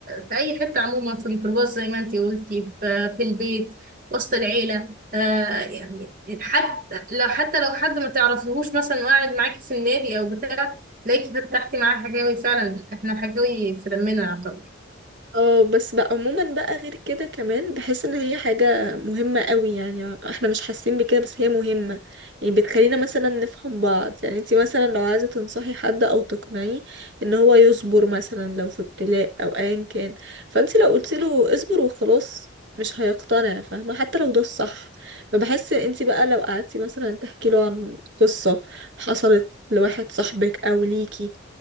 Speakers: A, on the right; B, on the right.
A: في اي حته عموما في الميكروباص زي ما انت قلتي في, في البيت وسط العيله آه يعني حتى لو حتى لو حد ما تعرفيهوش مثلا وقاعد معاكي في النادي او بتاع تلاقيكي فتحتي معاه حكاوي فعلا احنا حكاوي في دمنا يعتبر
B: اه بس بقى عموما بقى غير كده كمان بحس ان هي حاجة مهمة قوي يعني احنا مش حاسين بكده بس هي مهمة يعني بتخلينا مثلا نفهم بعض يعني انتي مثلا لو عايزة تنصحي حد او تقنعيه ان هو يصبر مثلا لو في ابتلاء او ايا كان فانتي لو قلتي له اصبر وخلاص مش هيقتنع فاهمة حتى لو ده الصح فبحس انتي بقى لو قعدتي مثلا تحكي له عن قصة حصلت لواحد صاحبك او ليكي